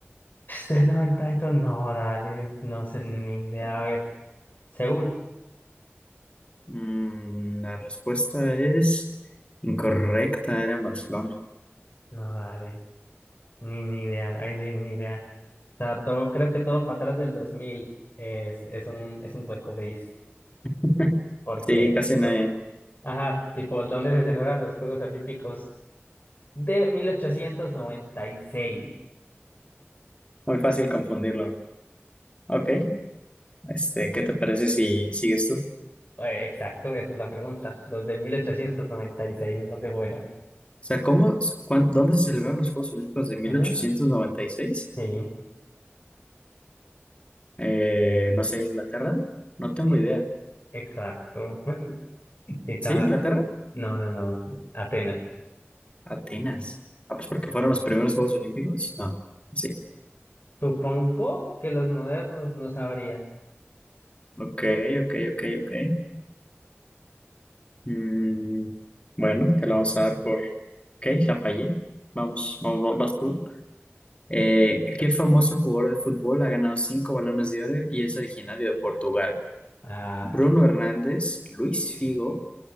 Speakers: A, on the left; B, on the left.
A: Del 92, no, dale, no sé ni idea. A ver, Seúl,
B: Mm, la respuesta es incorrecta, era en Barcelona.
A: no, dale, ni, ni idea. Ahí sí, ni idea. O sea, todo, creo que todo para atrás del 2000 es, es un, es un hueco gris.
B: <laughs>
A: Porque,
B: Sí, casi
A: listo.
B: nadie.
A: Ajá, tipo, ¿dónde se celebran los Juegos Olímpicos de 1896?
B: Muy fácil confundirlo, ¿no? Ok, este, ¿qué te parece si sigues tú? O
A: Eh, Exacto, esa es la pregunta. Los de mil ochocientos noventa y seis ¿dónde fueron?
B: sea, ¿cómo, cuán- dónde se celebraron los Juegos Olímpicos de 1896?
A: Ujú. Sí,
B: Eh, no sé, Inglaterra. No tengo
A: eh,
B: idea.
A: exacto. <laughs> ¿Qué caja?
B: ¿Sí, Inglaterra?
A: No, no, no. Atenas.
B: Atenas. Ah, pues porque fueron los primeros Juegos Olímpicos. No, sí.
A: Supongo que los modernos no sabría.
B: Ok, ok, ok, ok. Mm, bueno, te la vamos a dar por... Ok, la fallé. Vamos, vamos, vas tú. Eh, ¿qué famoso jugador de fútbol ha ganado cinco balones de oro y es originario de Portugal?
A: Ah,
B: ¿Bruno Hernández, Luis Figo,